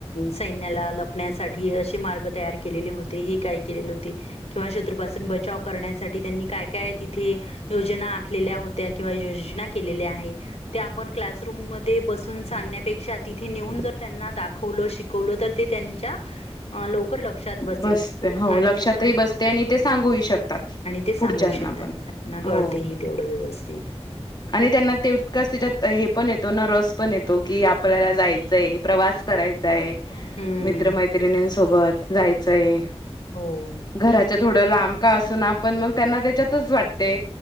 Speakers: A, on the left; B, on the left.
A: सैन्याला लपण्यासाठी अशी मार्ग तयार केलेले होते हे काय केलेले होते. किंवा शत्रुपासून बचाव करण्यासाठी त्यांनी काय काय तिथे योजना आखलेल्या होत्या, किंवा योजना केलेल्या आहे. ते आपण क्लासरूम मध्ये बसून सांगण्यापेक्षा तिथे नेऊन. जर त्यांना दाखवलो शिकवलो तर ते त्यांच्या अ लवकर लक्षात बसेल,
B: बसते हो
A: आणि-आणि
B: लक्षातही बसते आणि ते सांगूही शकतात
A: ते सांगूही
B: पुढच्यांना
A: शकतात.
B: पण
A: त्यांना
B: हो
A: कळतही तेवढं व्यवस्थित.
B: आणि त्यांना तितकाच त्याच्यात हे पण येतो न रस पण येतो की आपल्याला जायचंय. प्रवास करायचाय
A: हम्म
B: मित्रमैत्रिणींसोबत जायचंय.
A: हो!
B: घराच्या थोडं लांब का असना पण मग त्यांना त्याच्यातच वाटते.